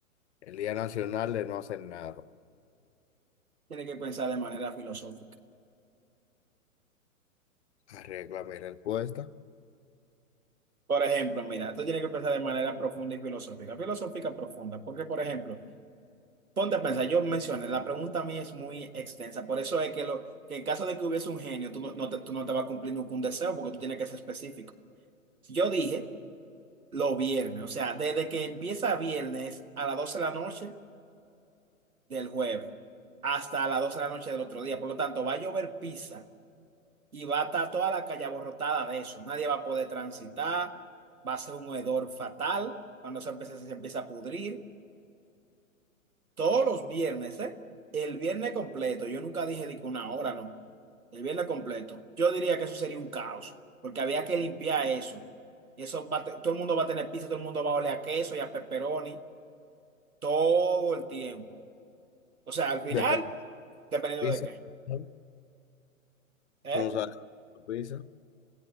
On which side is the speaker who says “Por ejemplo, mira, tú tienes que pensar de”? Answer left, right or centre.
Right